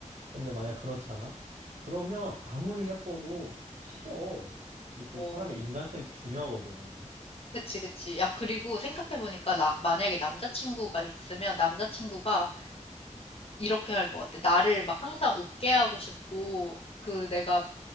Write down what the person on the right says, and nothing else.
근데 만약 그렇잖아? 그러면 아무리 예뻐도 싫어. 이게 또
사람의 인간성이 또 중요하거든.